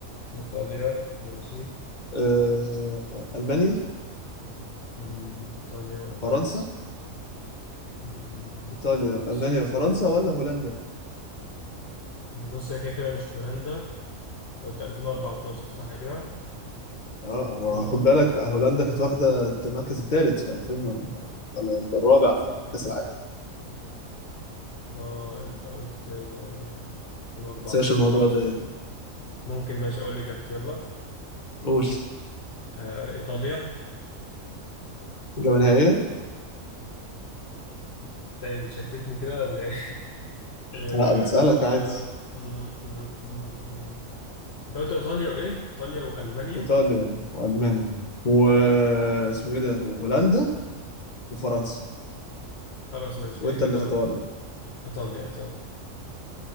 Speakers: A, on the left; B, on the left.
A: ايطاليا ماشي
B: أه ألمانيا
A: مم، ايطاليا والمانيا
B: فرنسا
A: مم،
B: إيطاليا
A: فرنسا
B: ألمانيا فرنسا ولا هولندا
A: بص هي كده كده مش هولندا انت قلت 2014 صح كده؟
B: اه
A: 2004
B: هو خد بالك هولندا كانت واخدة المركز الثالث في 2000 ولا ولا الرابع في كأس العالم
A: اه انت قلت آه، 2014
B: نساش الموضوع
A: خلاص
B: ده
A: ممكن ماشي اقول اجابتي يلا
B: قول
A: آه، ايطاليا
B: إجابة نهائية
A: تاني بتشتتني كده ولا ايه <laughs> آه،
B: لا بسألك
A: ايطاليا
B: عادي
A: م- م- م- م. انت قلت ايطاليا وايه ايطاليا والمانيا
B: إيطاليا وألمانيا واسمه إيه ده وهولندا وفرنسا
A: خلاص ماشي
B: وأنت
A: إيه ايطاليا
B: اللي اختار بقى
A: ايطاليا ايطاليا